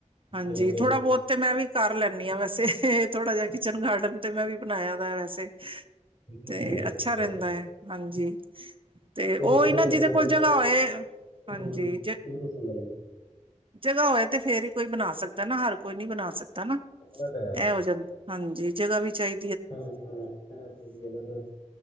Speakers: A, on the right (about 45°); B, on the left (about 55°).
A: ਹਾਂਜੀ
B: ਕਰਦੇ
A: ਥੋੜਾ
B: ਹੋ
A: ਬੌਤ ਤੇ ਮੈਂ ਵੀ ਕਰ ਲੈਨੀ ਆ ਵੈਸੇ। ਥੋੜਾ ਜਿਆ ਕਿਚਨ ਗਾਰਡਨ ਤੇ ਮੈਂ ਵੀ ਬਣਾਇਆ ਦਾ ਵੈਸੇ। ਤੇ
B: ਅੱਛੀ ਗੱਲ
A: ਅੱਛਾ
B: ਹੈ
A: ਰੈਂਦਾ ਐ ਹਾਂਜੀ ਤੇ ਉਹੀ
B: ਹੁਣ
A: ਨਾ
B: ਏਦਾਂ
A: ਜਿਦੇ
B: ਚਾਹੀਦਾ
A: ਕੋਲ ਜਗ੍ਹਾ
B: ਨਾ ਯਾਰ
A: ਹੋਏ ਹਾਂਜੀ
B: ਹੂੰ
A: ਜ
B: ਬਿਲਕੁਲ ਸਈ ਗੱਲ ਐ।
A: ਜਗ੍ਹਾ ਹੋਏ ਤੇ ਫੇਰ ਈ ਕੋਈ ਬਣਾ ਸਕਦਾ ਨਾ, ਹਰ ਕੋਈ ਨੀ ਬਣਾ ਸਕਦਾ ਨਾ
B: ਉਹ ਤਾਂ
A: ਐ ਹੋ ਜਾਂ ਹਾਂਜੀ, ਜਗ੍ਹਾ ਵੀ ਚਾਈ
B: ਹੂੰ-ਹੂੰ, ਜਗ੍ਹਾ ਚਾਈਦੀ ਏਨਾ ਫਿਰ।